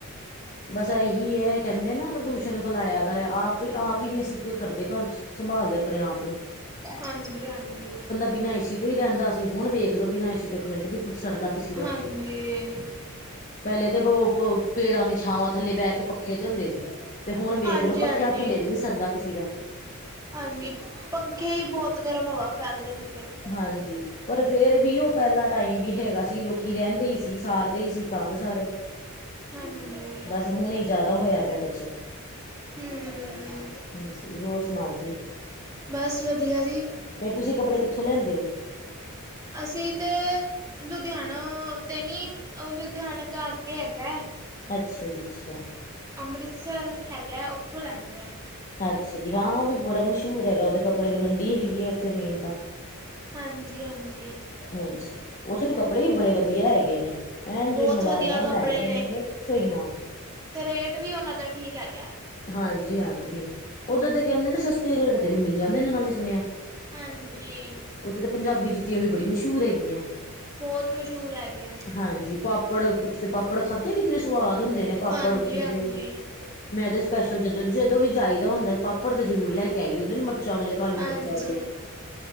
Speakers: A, on the left; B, on the right.
A: ਬਸ ਏਹੀ ਹੈ ਕਹਿੰਦੇ ਨਾ ਪ੍ਰਦੂਸ਼ਣ ਬੁਲਾਇਆ ਦਾ, ਆਪ, ਆਪ ਹੀ ਨਹੀਂ ਅਸੀਂ ਕਰਦੇ ਸੰਭਾਲਦੇ ਆਪਣੇ ਆਪ ਨੂੰ।
B: ਹਾਂਜੀ-ਹਾਂਜੀ।
A: ਬਿਨਾ ਏਸੀ ਤੋਂ ਹੀ ਰਹਿੰਦਾ ਸੀ, ਹੁਣ ਵੇਖ ਲੋ ਬਿਨਾ ਏ ਤੋਂ ਇੱਕ ਮਿੰਟ ਨੀ ਸਰਦਾ ਕਿਸੇ ਦਾ।
B: ਹਾਂਜੀ
A: ਪਹਿਲੇ ਤੇ ਪੇੜਾਂ ਦੀ ਛਾਵਾਂ ਥੱਲੇ ਬਹਿ ਕੇ ਪੱਖੇ ਝਲਦੇ ਸੀ। ਤੇ ਹੁਣ ਵੇਖ
B: ਹਾਂਜੀ
A: ਲੋ ਪੱਖਿਆ
B: ਹਾਂਜੀ
A: ਥੱਲੇ ਵੀ ਨੀ ਸਰਦਾ ਕਿਸੇ ਦਾ।
B: ਹਾਂਜੀ ਪੰਖੇ ਹੀ ਬਹੁਤ ਗਰਮ ਹਵਾ ਫੈਕਦੇ ਨੇ। ਫਿਰ
A: ਹਾਂਜੀ ਪਰ ਫੇਰ ਵੀ ਉਹ ਪਹਿਲਾ ਟਾਈਮ ਵੀ ਹੈਗਾ ਸੀ ਲੋਕੀ ਰਹਿੰਦੇ ਹੀ ਸੀ ਸਾਰਦੇ ਹੀ ਸੀ ਕੰਮ ਸਾਰੇ
B: ਹਾਂਜੀ
A: ਬਸ ਹੁਣ ਹੀ ਜਿਆਦਾ ਹੋਇਆ ਪਿਆ ਕੁੱਛ।
B: ਹਮ
A: ਹਾਂਜੀ ਹੋਰ ਸੁਣਾਓ ਜੀ।
B: ਬਸ ਵਧੀਆ ਜੀ।
A: ਫੇਰ ਤੁਸੀਂ ਕੱਪੜੇ ਕਿੱਥੋਂ ਲੈਂਦੇ ਹੋ
B: ਅਸੀਂ ਤਾਂ ਲੁਧਿਆਣਾ ਤੇ ਨਹੀਂ ਲੁਧਿਆਣੇ ਤੋਂ ਅੱਗੇ ਹੈਗਾ।
A: ਅੱਛਾ ਜੀ ਅੱਛਾ,
B: ਅੰਮ੍ਰਿਤਸਰ ਹੈਗਾ ਉੱਥੋਂ ਲੈਂਦੇ ਹਾਂ।
A: ਅੱਛਾ ਜੀ ਹਾਂ ਉਹ ਵੀ ਬੜਾ ਮਸ਼ਹੂਰ ਹੈਗਾ ਉਹਦੇ ਕੱਪੜੇ ਦੀ ਮੰਡੀ ਹੈਗੀ ਆ ਉੱਥੇ ਮੇਨ ਤਾਂ।
B: ਹਾਂਜੀ ਹਾਂਜੀ,
A: ਹਾਂਜੀ ਉੱਥੇ ਦੇ ਕੱਪੜੇ ਵੀ ਬੜੇ ਵਧੀਆ ਹੈਗੇ ਨੇ। ਐ
B: ਬਹੁਤ
A: ਜੇ ਮੁਲਾ
B: ਵਧੀਆ
A: ਆਆ
B: ਕੱਪੜੇ
A: ਮੈਂ ਗ ਨੇ ਕੁੱਛੋ ਹੀ ਨਾ,
B: ਤੇ ਰੇਟ ਵੀ ਉਹਨਾ ਦਾ ਠੀਕ ਹੈਗਾ ਹੈ।
A: ਹਾਂਜੀ ਹਾਂਜੀ, ਉਧਰ ਦੇ ਕਹਿੰਦੇ ਨੇ ਸਸਤੇ ਰੇਟ ਤੇ ਵੀ ਮਿਲ ਜਾਂਦੇ ਨੇ ਨਾਲੇ ਸੁਣਿਆ।
B: ਹਾਂਜੀ,
A: ਉੱਥੇ ਤਾਂ ਪੰਜਾਬੀ ਜੁੱਤੀਆਂ ਵੀ ਬੜੀ ਮਸ਼ਹੂਰ ਹੈਗੀਆਂ
B: ਬਹੁਤ ਮਸ਼ਹੂਰ ਹੈਗੀਆਂ ਨੇ
A: ਹਾਂਜੀ ਪਾਪ ਪਾਪੜ ਉੱਥੇ ਦੇ ਪਾਪੜ ਖਾਧੇ ਕਿੰਨੇ ਸਵਾਦ ਹੁੰਦੇ ਨੇ ਪਾਪੜ
B: ਹਾਂਜੀ
A: ਉੱਥੇ
B: ਹਾਂਜੀ
A: ਦੇ ਮੈਂ ਤੇ ਸਪੈਸ਼ਲ ਜਦੋਂ ਜਦੋਂ ਵੀ ਜਾਈਦਾ ਹੁੰਦਾ ਪਾਪੜ ਤੇ ਜ਼ਰੂਰ ਲੈ ਕੇ ਆਈਦੇ ਹੁੰਦੇ ਮਿਰਚਾਂ ਵਾਲੇ ਕਾਲੀ
B: ਹਾਂਜੀ,
A: ਮਿਰਚਾਂ ਵਾਲੇ